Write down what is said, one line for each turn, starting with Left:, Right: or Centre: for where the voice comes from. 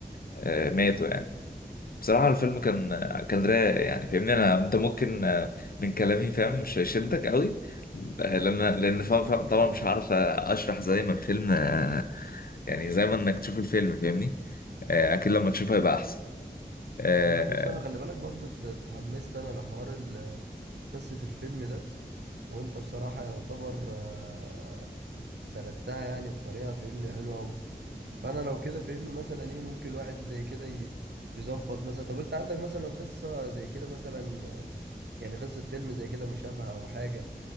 Left: آه، ماتوا يعني بصراحة الفيلم كان كان رايق يعني فاهمني انا انت ممكن آه، من كلامي فاهم مش هيشدك قوي آه، لان لان فاهم فاهم طبعا مش عارف آه، اشرح زي ما الفيلم آه، يعني زي ما انك تشوف الفيلم فاهمني آه، اكيد لما تشوفه هيبقى احسن اه
Right: لا بص انا خلي بالك برضو ات- اتحمست انا لحوار ال- قصة الفيلم ده وانت بصراحة يعتبر آه، سردتها يعني بطريقة فهمني حلوة أوي فانا لو كده فهمني مثلا ايه ممكن الواحد زي كده ي- يظبط مثلا طب انت عندك مثلا قصة زي كده مثلا آه، يعني قصة فيلم زي كده مشابهة او حاجة